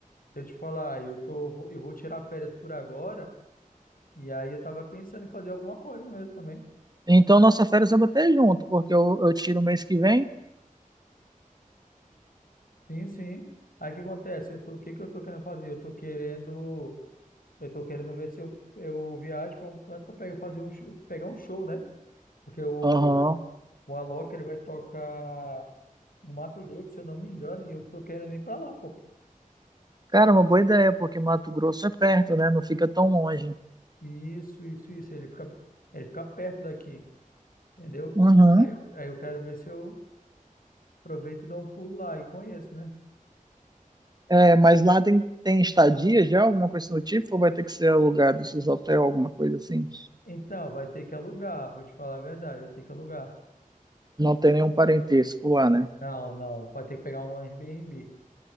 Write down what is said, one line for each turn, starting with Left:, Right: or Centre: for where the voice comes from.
Left: eu te falar, eu tô, vou- eu vou tirar férias por agora, e aí eu tava pensando em fazer alguma coisa mesmo também.
Right: Então nossa férias vai bater junto, porque eu, eu tiro o mês que vem.
Left: Sim, sim. Aí o que acontece? Eu tô, o que que eu tô querendo fazer? Eu tô querendo, eu tô querendo ver se eu, eu viajo para um canto para pegar, fazer um, show- pegar um show, né? Porque o,
Right: Aham.
Left: o Alok, ele vai tocar no Mato Grosso, se eu não me engano, e eu tô querendo ir para lá, pô.
Right: Cara, uma boa ideia, porque Mato Grosso é perto, né? Não fica tão longe.
Left: Isso, isso, isso. Ele fica, ele fica perto daqui, entendeu?
Right: Uhum.
Left: Aí eu, aí eu quero ver se eu aproveito e dou um pulo lá e conheço, né?
Right: É, mas lá tem, tem estadia já, alguma coisa do tipo, ou vai ter que ser alugado esses hotéis, alguma coisa assim?
Left: Então, vai ter que alugar, vou te falar a verdade, vai ter que alugar.
Right: Não tem nenhum parentesco lá, né?
Left: Não, não, vai ter que pegar um Airbnb.